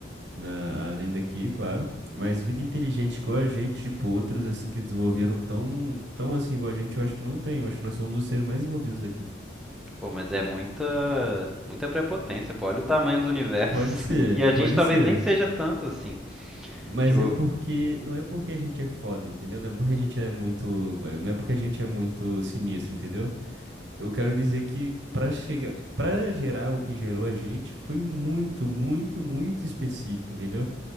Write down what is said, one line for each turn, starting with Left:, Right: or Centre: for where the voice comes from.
Right: Na, além daqui, claro. Mas vida inteligente igual a gente, tipo outros, assim, que desenvolveram tão, tão assim igual a gente, eu acho que não tem. Eu acho que nós somos os seres mais envolvidos daqui.
Centre: Pô, mas é muita, muita prepotência, pô. Olha o tamanho do universo.
Right: Pode ser,
Centre: <laughs> E a gente
Right: pode
Centre: talvez
Right: ser.
Centre: nem seja tanto assim.
Right: Mas
Centre: Tipo,
Right: é porque, não é porque a gente é foda, entendeu? Não é porque a gente é muito, não é porque a gente é muito sinistro, entendeu? Eu quero dizer que pra chegar, para gerar o que gerou a gente foi muito, muito, muito específico, entendeu?